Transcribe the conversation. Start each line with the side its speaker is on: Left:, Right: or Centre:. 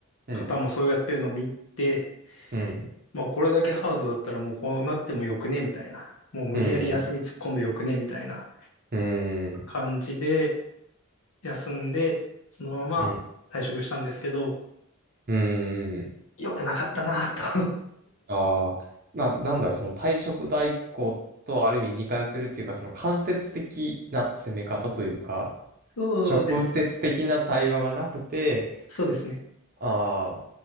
Right: うん、
Left: 方もそうやってるのを見て、
Right: うん、
Left: まあこれだけハードだったらもうこうなってもよくねみたいな。もう無理やり休み突っ込んでよくねみたいな
Right: うん、うん、うん。
Left: 感じで休んで、そのまま退職したんですけど、
Right: うん。うーん。
Left: 良くなかったなと
Right: ああ。な、なんだろう、その退職代行とある意味似通ってるっていうか、その間接的な攻め方というか、
Left: <laughs> そうです。
Right: 直接的な対話がなくて、
Left: そうですね。
Right: ああ、